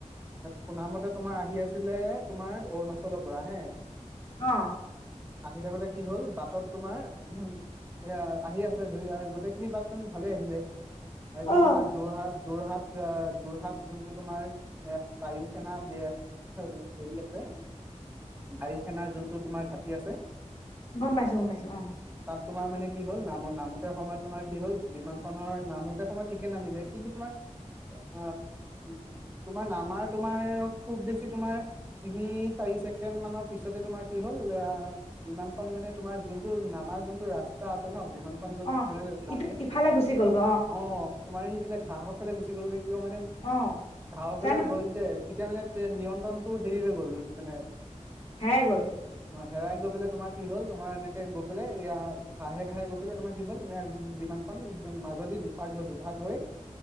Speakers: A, on the right (about 15°); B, on the left (about 55°).
A: শুনা মতে তোমাৰ আহি আছিলে তোমাৰ অৰুণাচলৰ পৰা হে
B: অ
A: আহি থাকোতে কি হল বাটত তোমাৰ এ আহি আছে, ধৰি আৰু গোটেইখিনি বাট চোন ভালে আহিলে। আহি পেলাই
B: অ অ
A: তোমাৰ যোৰহাট যোৰহাট, যোৰহাট যোনটো তোমাৰ এ বায়ু সেনা হেৰি আছে বায়ু সেনাৰ যোনটো তোমাৰ ঘাটি আছে।
B: গম পাইছো গম পাইছো অ
A: তোমাৰ মানে কি হ'ল নামত নামোতে সময়ত তোমাৰ কি হল বিমানখনৰ নামোতে সময়ত ঠিকে নামিলে কিন্তু তোমাৰ আহ তোমাৰ নামাৰ তোমাৰ খুব বেছি তোমাৰ তিনি চাৰি ছেকেণ্ড মানৰ পিছতে তোমাৰ কি হল বিমানখন মানে তোমাৰ যোনটো নামা যোনটো ৰাস্তা আছে ন বিমানখন যত
B: অ
A: মানে নামে
B: ইটো ইফালে গুচি গ'ল গ
A: অ তোমাৰ সেইফালে ঘাঁহৰ ফালে গুছি গলগৈ <unintelligible> কি হ'ল মানে
B: অ
A: ঘাঁহৰ ফালে
B: জানো
A: গ'ল যে তেতিয়া মানে নিয়ন্ত্ৰণটো হেৰি হৈ গ'ল মানে
B: হেৰাই গ'ল
A: অ হেৰাই গৈ পেলাই, তোমাৰ কি হ'ল? তোমাৰ এনেকে গৈ পেলাই, এয়া ঘাহে, ঘাহে গৈ পেলাই, তোমাৰ কি হ'ল বিমানখন মাজদি দুভাগ হৈ দুভাগ হৈ